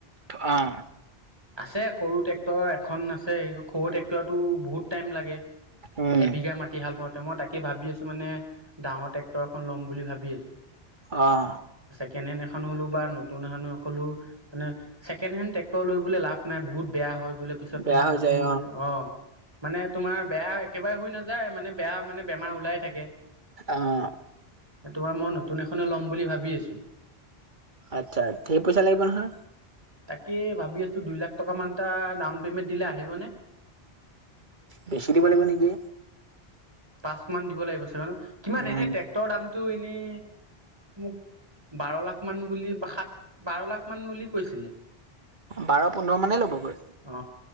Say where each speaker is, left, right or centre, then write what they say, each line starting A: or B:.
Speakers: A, on the right; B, on the right.
A: অ',
B: আছে সৰু ট্ৰেক্টৰ খন আছে সেইখন সৰু ট্ৰেক্টৰাতো বহুত টাইম লাগে
A: উম,
B: এবিঘা মাটি হাল বাওঁতে মই তাকে ভাবি আছো মানে ডাঙৰ ট্ৰেক্টৰ এখন ল'ম বুলি ভাবি আছো।
A: আহ
B: কেনে দেখানো হ'লো। বা নতুন এখনে খোলো মানে ছেকেণ্ড হেণ্ড ট্ৰেক্টৰ লৈ পেলাই লাভ নাই বহুত বেয়া হয়। বোলে পিছত
A: বেয়া
B: মই
A: হৈ
B: ভাবি
A: যায়
B: অ মানে তোমাৰ বেয়া একেবাৰে হৈ নাযায় মানে বেয়া মানে বেমাৰ ওলাই থাকে
A: অ',
B: তোমাৰ মই নতুন এখনে লম বুলি ভাবি আছো
A: আচ্ছা ধেই পইচা লাগিব নহয়
B: তাকে ভাবি আছো দুই লাখ টকা মান ডাউন পেমেন্ট দিলে আহিবনে
A: বেছি দিব লাগিব নেকি
B: পাঁচ মান দিব লাগিব চাগে ন কিমান
A: উম,
B: এনেই ট্ৰেক্টৰৰ দামটো এনেই মোক বাৰ লাখ মান বুলি সাত বাৰ লাখ মান বুলি কৈছিলে
A: বাৰ পোন্ধৰ মানেই ল'বগৈ
B: অ